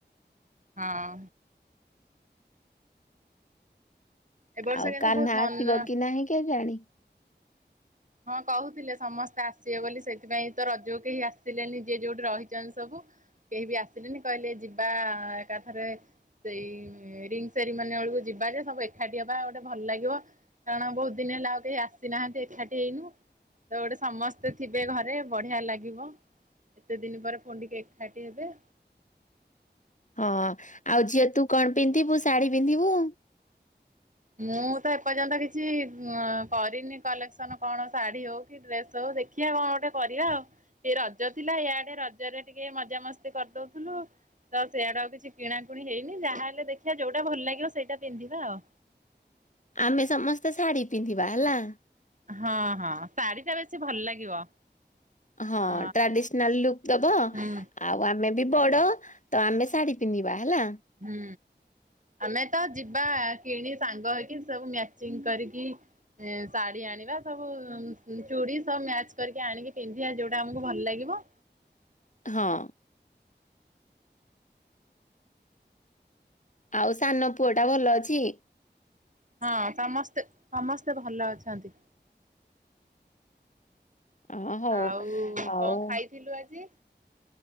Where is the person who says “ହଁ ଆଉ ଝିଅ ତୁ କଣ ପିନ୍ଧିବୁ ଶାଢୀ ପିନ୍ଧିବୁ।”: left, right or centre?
Left